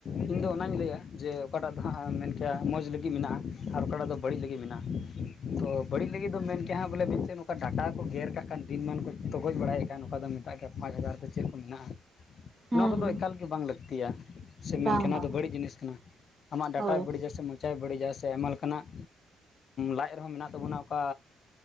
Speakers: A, on the left; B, on the right.
A: ᱤᱧ ᱫᱚ ᱚᱱᱟᱧ ᱞᱟᱹᱭᱟ ᱡᱮ ᱚᱠᱟᱴᱟᱜ ᱫᱚ ᱦᱟᱸᱜ ᱢᱮᱱ ᱠᱮᱭᱟ ᱢᱚᱸᱡᱽ ᱞᱟᱹᱜᱤᱫ ᱢᱮᱱᱟᱜᱼᱟ ᱟᱨ ᱚᱠᱟᱴᱟᱜ ᱫᱚ ᱵᱟᱹᱲᱤᱡ ᱞᱟᱹᱜᱤᱫ ᱢᱮᱱᱟᱜᱼᱟ ᱛᱚ ᱵᱟᱹᱲᱤᱡ ᱞᱟᱹᱜᱤᱫ ᱫᱚ ᱢᱮᱱ ᱠᱮ ᱦᱟᱸᱜ ᱵᱚᱞᱮ ᱢᱤᱫ ᱪᱮᱱ ᱱᱚᱝᱠᱟ ᱰᱟᱴᱟ ᱠᱚ ᱜᱮᱨ ᱠᱟᱜ ᱠᱷᱟᱱ ᱫᱤᱱᱟ. ᱢ ᱠᱚ ᱛᱠᱚᱚᱡ ᱵᱟᱲᱟᱭᱮᱫ ᱠᱟᱱ ᱱᱚᱝᱠᱟ ᱫᱚ ᱢᱮᱛᱟᱜᱮᱭᱟ ᱯᱟᱸᱪ ᱦᱟᱡᱟᱨ ᱠᱚ ᱪᱮᱫ ᱠᱚ ᱢᱮᱱᱟᱜᱼᱟ
B: ᱦᱩᱸ
A: ᱱᱚᱣᱟ ᱠᱚᱫᱚ
B: ᱦᱩᱸ
A: ᱮᱠᱟᱞᱜᱮ ᱵᱟᱝ ᱞᱟᱹᱠᱛᱤᱭᱟ ᱥᱮ ᱢᱮᱱ
B: ᱵᱟᱝ
A: ᱠᱟᱱᱟ
B: ᱵᱟᱝ
A: ᱚᱱᱟ ᱫᱚ ᱵᱟᱹᱲᱤᱡ ᱡᱤᱱᱤᱥ ᱠᱟᱱᱟ ᱟᱢᱟᱜ ᱰᱟᱴᱟᱭ
B: ᱦᱳᱭ
A: ᱵᱟᱹᱲᱤᱡᱟ ᱥᱮ ᱢᱚᱪᱟᱭ ᱵᱟᱹᱲᱤᱡᱟ ᱥᱮ ᱟᱭᱢᱟ ᱞᱮᱠᱟᱱᱟᱜ ᱞᱟᱡ ᱨᱮᱦᱚᱸ ᱢᱮᱱᱟᱜ ᱛᱟᱵᱚᱱᱟ ᱚᱠᱟ